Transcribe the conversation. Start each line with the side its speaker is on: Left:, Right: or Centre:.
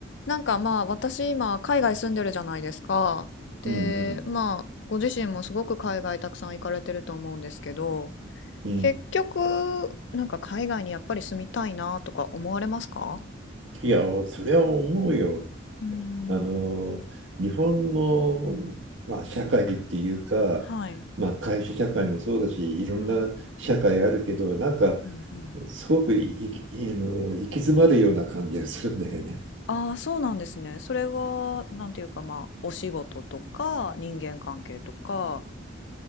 Left: なんかまあ私今海外住んでるじゃないですか。で、
Right: うんうん
Left: まあご自身もすごく海外たくさん行かれてると思うんですけど、
Right: うん。
Left: 結局なんか海外にやっぱり住みたいなとか思われますか
Right: いや、それは思うよ。
Left: うーん、
Right: あの、日本の、まあ、社会っていうか、
Left: はい、
Right: まあ、会社社会もそうだし、いろんな社会あるけど、
Left: はい、
Right: なんか、
Left: うんうん。
Right: すごくいいあの行き詰まるような感じがするんだよね。
Left: ああ、そうなんですね。それはなんていうかまあお仕事とか人間関係とか